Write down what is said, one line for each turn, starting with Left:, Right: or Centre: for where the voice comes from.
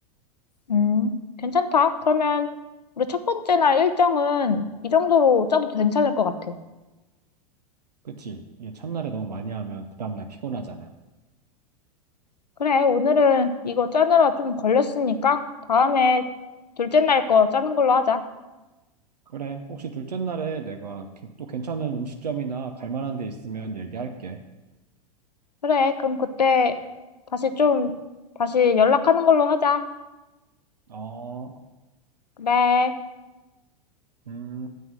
Left: 음, 괜찮다. 그러면 우리 첫 번째 날 일정은 이 정도로 짜도 괜찮을 것 같아.
Right: 그치? 예, 첫날에 너무 많이 하면 그 다음날 피곤하잖아.
Left: 그래, 오늘은 이거 짜느라 좀 걸렸으니까 다음에 둘째 날 거 짜는 걸로 하자.
Right: 그래, 혹시 둘째 날에 내가 게- 또 괜찮은 음식점이나 갈 만한 데 있으면 얘기할게.
Left: 그래, 그럼 그때 다시 좀, 다시 연락하는 걸로 하자.
Right: 어,
Left: 그래.
Right: 음,